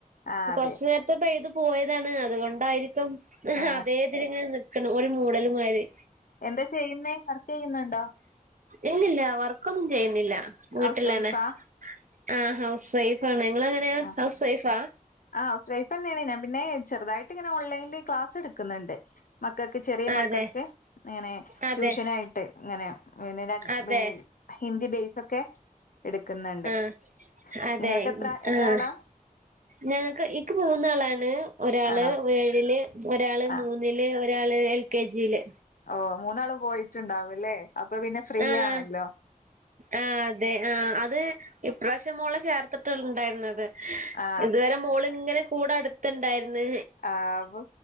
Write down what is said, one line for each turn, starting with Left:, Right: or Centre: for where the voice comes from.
Left: ആഹ്
Right: കുറച്ച് നേരത്തെ പെയ്ത് പോയതാണ് അതുകൊണ്ടായി ഇപ്പം
Left: ആ
Right: അതേതിൽങ്ങനെ നിക്കണ് ഒരു മൂടല്മായിരി.
Left: എന്താ ചെയ്യുന്നേ വർക്ക് ചെയ്യുന്നുണ്ടോ?
Right: ഇല്ലില്ല വർക്കൊന്നും ചെയ്യുന്നില്ല വീട്ടിലന്നെ.
Left: ഹൗസ് വൈഫാ
Right: ആ ഹൗസ് വൈഫണ് നിങ്ങളെങ്ങനെയ
Left: ആ
Right: ഹൗസ് വൈഫാ
Left: ആ ഹൗസ് വൈഫ് തന്നെയാണ് ഞാൻ പിന്നെ ചെറുതായിട്ട് ഇങ്ങനെ ഓൺലൈനിൽ ക്ലാസ് എടുക്കുന്നുണ്ട്. മക്കൾക്ക് ചെറിയ മക്കൾക്ക്
Right: അതെ
Left: ഇങ്ങനെ
Right: അതെ
Left: ട്യൂഷൻ ആയിട്ട് ഇങ്ങനെ. പിന്നീട് <unintelligible>
Right: അതെ
Left: ഹിന്ദി ബേസ് ഒക്കെ എടുക്കുന്നുണ്ട്.
Right: <inaudible> അതെ
Left: നിങ്ങൾക്ക് എത്ര എത്ര
Right: ആഹ്
Left: ആളാ
Right: ഞങ്ങക്ക് എക്ക് മൂന്നാളാണ് ഒരാള്
Left: ആണോ
Right: ഏഴില്. ഒരാള്
Left: ആ
Right: മൂന്നില് ഒരാള് എൽ കെ ജി യില്.
Left: ഓ മൂന്നാളും പോയിട്ടുണ്ടാവല്ലേ അപ്പൊ പിന്നെ ഫ്രീ
Right: ആഹ്
Left: ആണല്ലോ?
Right: ആഹ് അതെ ആ അത് ഇപ്രാവശ്യം മോളെ ചേർത്തിട്ടുണ്ടായിരുന്നത്.
Left: ആ
Right: ഇതുവരെ മോള് ഇങ്ങനെ കൂടെ അടുത്തുണ്ടായിര്ന്ന്.
Left: ആഹ്